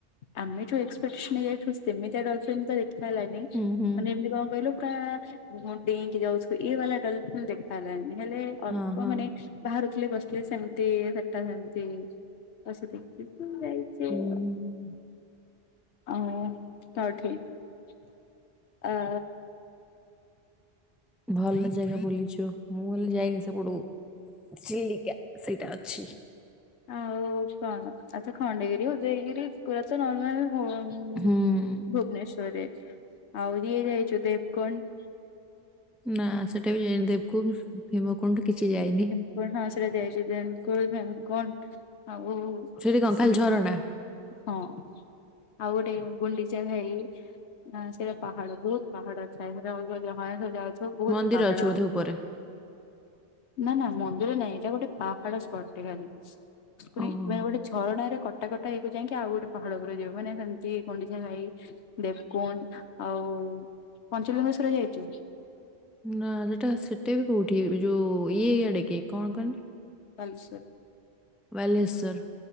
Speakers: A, on the left; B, in the centre.
A: ଆମେ ଯୋଉ ଏକ୍ସପେକ୍ଟସନ୍ ରେ ଯାଇଥିଲୁ ସେତେମି ତ ଡଲଫିିନ ଦେଖି ହେଲା ନାହିଁ ଜାଣିଛୁ
B: ହୁଁ ହୁଁ
A: ମାନେ ଏମିତି କଣ କହିଲୁ ପୁରା ହଁ ଡେଇଁକି ଯାଉଥିବେ ଏଇ ବାଲା ଡଲ ଫିଲ୍ ଦେଖା ହେଲାନି ହେଲେ ଅଳ୍ପ
B: ହଁ ହଁ
A: ମାନେ ବାହାରୁଥିଲେ ପଶୁଥିଲେ ସେମତି ସେଟା ସେମିତି ବସ- ହଁ ଯାଇଥିଲୁ
B: ହୁଁ
A: ଆଉ ଆ ତ ଠିକ ଆ
B: ଭଲ ଜାଗା ବୁଲିଛୁ ମୁଁ ହେଲେ ଯାଇଛି ସେପଟୁ ଚିଲିକା ସେଇଟା ଅଛି
A: ଆଉ କଣ ଆଛା ଖଣ୍ଡଗିରି ଉଦୟଗିରି ପୁରା ତ ନର୍ମାଲ -
B: ହୁଁ
A: ଭୁବନେଶ୍ଵରରେ ଆଉ ରଇଏ ଯାଇଛୁ ଦେବକଣ୍ଡ?
B: ନା ସେଟା ବି ଯାଇନି ଦେବକୁ ଭୀମକୁଣ୍ଡ କିଛି ଯାଇନି
A: କଣ ନା ହଁ ସେଇଟା ଯାଇଛି ଦେବ କୁଣ୍ଡ, ଭୀମ କୁଣ୍ଡ ଆଉ
B: ସେଠି କଣ
A: ସେ-
B: ଖାଲି ଝରଣା
A: ହଁ ଆଉ ଗୋଟେ ଗୁଣ୍ଡିଚା ଘାଇ ନା ସେଇଟା ପାହାଡ ବହୁତ ପାହାଡ ଥାଏ <unintelligible> ଯାଉଥିବ ବହୁତ
B: ମନ୍ଦିର
A: ପାହାଡ
B: ଅଛି ବୋଧେ ଉପରେ
A: ନା ନା ମନ୍ଦିର ନାଇଁ ଏଇଟା ଗୋଟେ ପାହାଡ ସ୍ପଟ ଟେ ଖାଲି <unintelligible>
B: ଓହୋ
A: ଗୋଟେ ଝରଣାରେ କଟାକଟା ହେଇକୁ ଯାଇକି ଆଉ ଗୋଟେ ପାହାଡ ଉପରେ ଯିବୁ ମାନେ ସେମିତି ଗୁଣ୍ଡିଚା ଘାଇ ଦେବକୁଣ୍ଡ ଆଉ ପଞ୍ଚଲିଙ୍ଗେଶ୍ୱର ଯାଇଛୁ?
B: ନା ସେଟା ସେଟା ବି କୋଉଠି ଯୋଉ ଇଏ ଏଇଆଡେ କି କଣ କହନି?
A: ବାଲେଶ୍ୱର
B: ବାଲେଶ୍ୱର